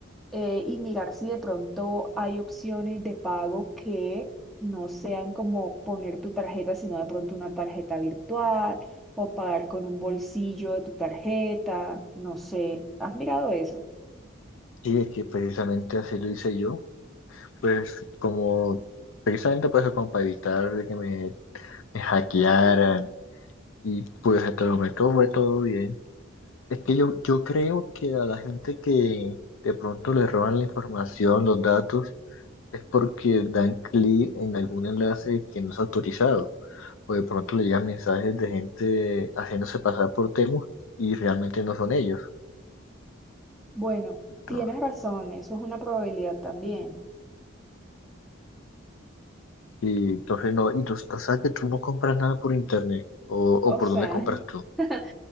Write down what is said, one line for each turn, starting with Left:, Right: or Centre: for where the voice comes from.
Centre: eh, y mirar si de pronto hay opciones de pago que no sean como poner tu tarjeta, sino de pronto una tarjeta virtual o pagar con un bolsillo de tu tarjeta, no sé. ¿Has mirado eso?
Left: Y es que precisamente así lo hice yo, pues como precisamente para eso, como para evitar de que me, me hackearan y pues hasta el momento fue todo bien. Es que yo, yo creo que a la gente que de pronto le roban la información, los datos, es porque dan clic en algún enlace que no es autorizado. O de pronto le llegan mensajes de gente haciéndose pasar por Temu y realmente no son ellos.
Centre: Bueno,
Left: Entonces,
Centre: tienes razón, eso es una probabilidad también.
Left: y entonces no, y tú o sea, que tú no compras nada por internet. O, o
Centre: O
Left: por
Centre: sea,
Left: dónde compras tú.
Centre: <laughs>